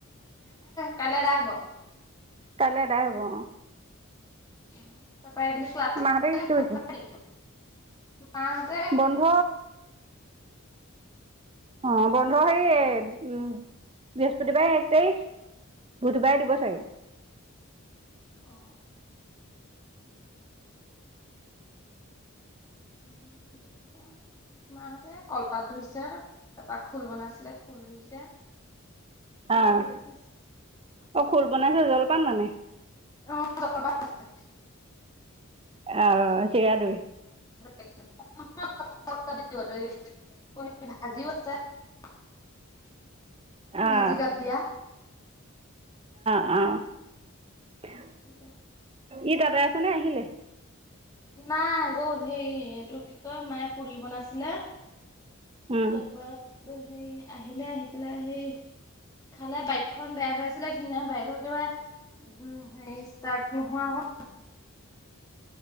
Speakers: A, on the left (about 15°); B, on the right (about 25°).
A: কাইলৈ আদায় হব্
B: কাইলে এদাই হব
A: <unintelligible>
B: মাহঁতে কি কৰিছে
A: মাহঁতে
B: বন্ধ অ বন্ধ হে উম বৃহস্পতিবাৰে এক তাৰিখ বুধবাৰে দিব চাগে
A: অ অ <unintelligible> মাহঁতে কলপাত ধুইছে তাৰপা খোল বনাইছিলে খোল ধুইছে সেইবোৰ
B: আহ
A: কে কৰি আছে।
B: অ খোল জলপান মানে
A: <unintelligible>
B: আহ চিৰা দৈ।
A: <unintelligible>
B: আহ
A: ভাজি গাপ দিয়া
B: উম
A: তোকে
B: ই তাতেই আছ নে আহিলে
A: নাই গ'ল হি এইটো কি কয় মায়ে পুৰি বনাছিলে
B: উম
A: তাৰপৰা সেই আহিলে আহি পেলাই সেই খালে বাইকখন বেয়া হৈ আছে সেইদিনা বাইকৰ কিবা উ হেৰি ষ্টাৰ্ট নোহোৱা হল